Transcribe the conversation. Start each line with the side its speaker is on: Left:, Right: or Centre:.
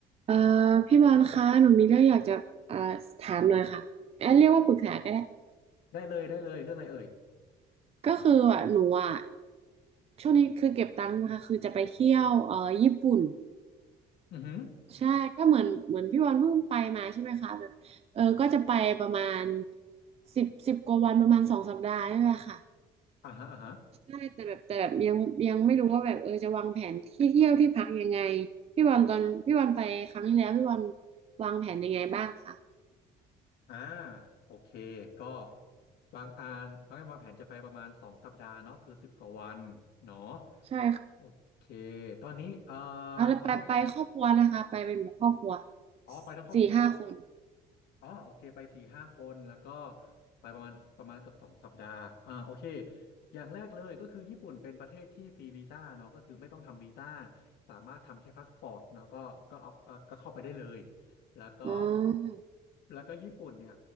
Right: เอ่อพี่บอลคะหนูมีเรื่องอยากจะเอ่อถามหน่อยค่ะแอนเรียกว่าปรึกษาก็ได้
Left: ได้เลยได้เลยเรื่องอะไรเอ่ย
Right: ก็คืออ่ะหนูอ่ะช่วงนี้คือเก็บตังค์นะคะคือจะไปเที่ยวเอ่อญี่ปุ่น
Left: อือหือ
Right: ใช่ก็เหมือนเหมือนพี่บอลเพิ่งไปมาใช่ไหมคะแบบเออก็จะไปประมาณสิบสิบกว่าวันประมาณสองสัปดาห์นี่แหละค่ะ
Left: อ่าฮะอ่าฮะ
Right: ใช่แต่แบบแต่แบบยังยังไม่รู้ว่าแบบเออจะวางแผนที่เที่ยวที่พักยังไงพี่บอลตอนพี่บอลไปครั้งที่แล้วพี่บอลวางแผนยังไงบ้างคะ
Left: อ่าโอเค ก็วางอ่านน้องแอมวางแผนจะไปประมาณสองสัปดาห์เนาะคือสิบกว่าวันเนาะ
Right: ใช่ค่ะ
Left: โอเค ตอนนี้เอ่อ
Right: เอาแล้วไปไปครอบครัวนะคะไปเป็นแบบครอบครัว
Left: ขอโทษอ๋อไปทั้งครอบครัว
Right: สี่ห้าคน
Left: อ๋อโอเคไปสี่ห้าคนแล้วก็ไปประมาณประมาณเกือบสองสัปดาห์อ่าโอเคอย่างแรกเลยก็คือญี่ปุ่นเป็นประเทศที่ฟรีวีซ่าเนาะก็คือไม่ต้องทำวีซ่าสามารถทำแค่พาสปอร์ตเนาะก็ก็เอาเอ่อก็เข้าไปได้เลยแล้วก็
Right: อ๋อ
Left: แล้วก็ญี่ปุ่นเนี่ย